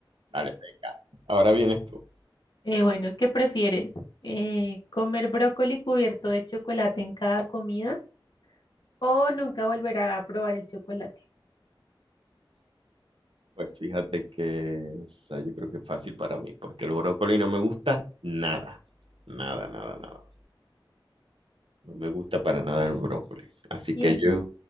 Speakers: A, on the right; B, on the left.
A: Vale, venga. Ahora vienes tú.
B: Eh, bueno, ¿qué prefieres? Eh, ¿comer brócoli cubierto de chocolate en cada comida o nunca volver a probar el chocolate?
A: Pues fíjate que esa yo creo que es fácil para mí, porque el brócoli no me gusta nada. Nada, nada, nada. No me gusta para nada el brócoli. Así
B: Y
A: que
B: el
A: yo,
B: chi-